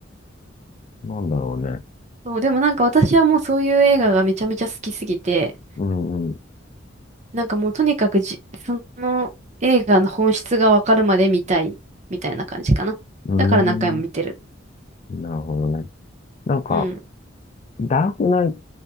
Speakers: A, on the left; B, on the right.
A: なんだろうね。
B: そう、でもなんか私はもうそういう映画がめちゃめちゃ好きすぎて、
A: うん、う
B: なんかもうとにかくじ、その映画の本質がわかるまで見たい、みたいな感じかな。
A: ん、
B: だから何回も見てる。
A: うーん、なるほどね。なんか、
B: うん。
A: ダークナイ